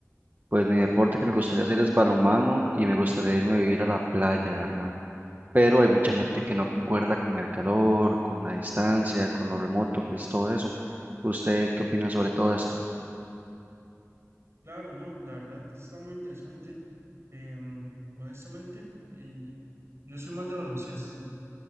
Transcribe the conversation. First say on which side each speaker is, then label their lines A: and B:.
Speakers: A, on the right (about 35°); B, on the right (about 55°).
A: pues mi deporte que me gustaría hacer es balonmano y me gustaría irme a vivir a la playa, ¿verdad? Pero hay mucha gente que no concuerda con el calor, con la distancia, con lo remoto que es todo eso. ¿Usted qué opina sobre todo esto?
B: Claro, no, la verdad está muy interesante. Em, honestamente, eh, yo soy más de baloncesto